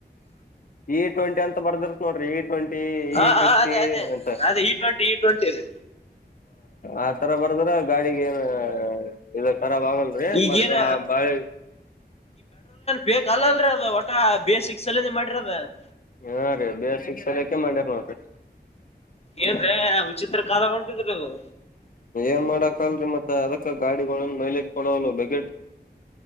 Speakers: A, on the left; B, on the left.
A: ಈ ಟ್ವೆಂಟ ಅಂತ ಬರ್ದ್ರ ನೋಡ್ರಿ ಟ್ವೆಂಟಿ
B: ಹಾ
A: ಇ ಫಿಫ್ಟಿ
B: ಅದೇ ಅದೇ
A: ಅಂತ
B: ಅದೇ ಇ ಟ್ವೆಂಟಿ ಇ ಟ್ವೆಂಟಿ ಅ
A: ಆ ತರ ಬರ್ದ್ರ ಗಾಡಿ ಗ ಏನು ಇದು ರಾಬ್ ಆಗಲ್ರಿ
B: ಈಗೇನ
A: ಮತ್ತ ಬಾಳೆ
B: ಬೇಕ ಅಲ್ಲಲ್ರರಿ ಅದ ಒಟ ಬೇಸಿಕ್ಸ್ ಎಲ್ಲಿ ಮಾಡ್ರರಿ ಅದ
A: ಹಾ ರೀ ಬೇಶಕ ಸರಿಯಾಕೆ ಮಾಡ್ಯಾರ ನೋಡ್ರಿ ಅ.
B: ಏನ್ರೇ ವಿಚಿತ್ರ ಕಾಲ ಹೊಂಟದ್ರಲ್ಲ ಇದು.
A: ಏನ್ ಮಾಡಕಲ್ರರಿ ಮತ್ತ ಅದಕ್ಕ ಗಾಡಿಗಳ ಮೈಲೇಜ್ ಕೊಡುವಲ್ವ ಬೇಕ್.